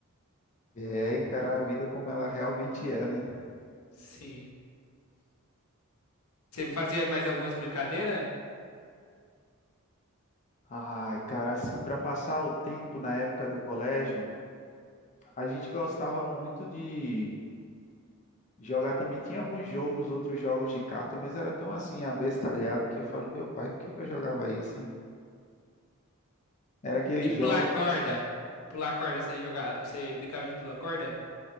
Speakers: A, on the left; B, on the left.
A: É encarar a vida como ela realmente é, né?
B: Sim. Você fazia mais algumas brincadeiras?
A: Ai, cara, assim, para passar o tempo na época do colégio, a gente gostava muito de jogar também. Tinha alguns jogos, outros jogos de carta, mas era tão assim, abestalhado que eu falo, meu pai, por que que eu jogava isso, hein? Era aquele
B: E
A: jogo,
B: pular corda? Pular corda, você jogava, você brincava de pular corda?